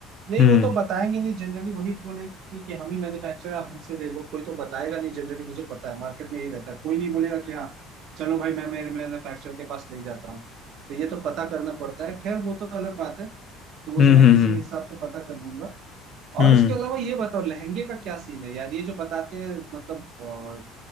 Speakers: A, on the right; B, on the left.
A: नहीं
B: हम्म
A: वो तो बताएंगे नहीं जनरली वही बोलेंगे कि हम ही मैन्युफैक्चरर आप हमसे ले लो कोई तो बताएगा नहीं जनरली मुझे पता है मार्केट में यही रहता है कोई नहीं बोलेगा कि हाँ चलो भाई मैं मेरे मैन्युफैक्चरर के पास ले जाता हूँ तो ये तो पता करना पड़ता है खैर वो तो अलग बात है तो वो
B: हम्म
A: तो मैं
B: हम्म
A: किसी हिसाब से पता कर लूंगा और
B: हम्म
A: उसके अलावा ये बताओ लहंगे का क्या सीन है यार ये जो बताते हैं मतलब